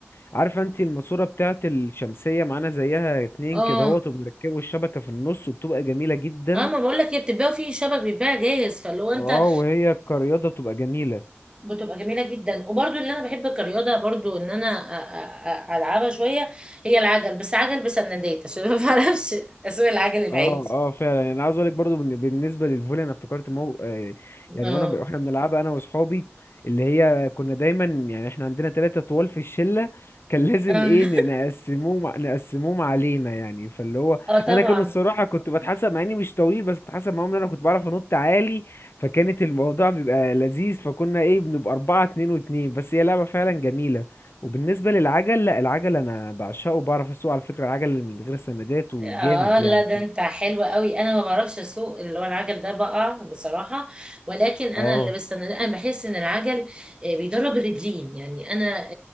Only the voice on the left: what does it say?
عارفة انت الماسورة بتاعة الشمسية معانا زيها اتنين
كده اهوت وبنركبوا الشبكة في النص وبتبقى جميلة جدا
اه وهي كرياضة بتبقى جميلة
اه اه فعلا يعني انا عاوز اقول لك برضو بالن- بالنسبه للفولي انا افتكرت مو... آه، يعني
وانا ب... واحنا بنلعبها انا واصحابي اللي هي كنا دايما يعني احنا عندنا ثلاثه طوال في الشله كان لازم
ايه ن- نقسموهم نقسموهم علينا يعني فاللي
هو
انا كانوا الصراحه كنت بتحسب مع اني مش طويل بس كنت بتحسب معاهم ان انا كنت بعرف انط عالي فكانت الموضوع بيبقى لذيذ فكنا ايه بنبقى اربعه اتنين واتنين بس هي لعبه فعلا جميله وبالنسبه للعجل لا العجل انا بعشقه وبعرف اسوق على فكره العجل من غير سندات وجامد
يعني
اه